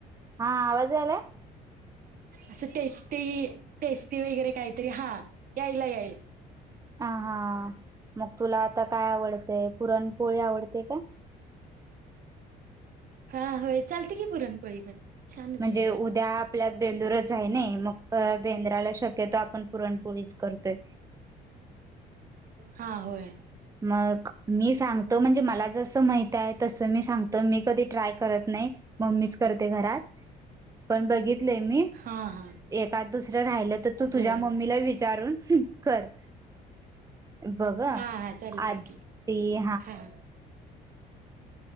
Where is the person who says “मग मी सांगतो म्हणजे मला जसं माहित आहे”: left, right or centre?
Right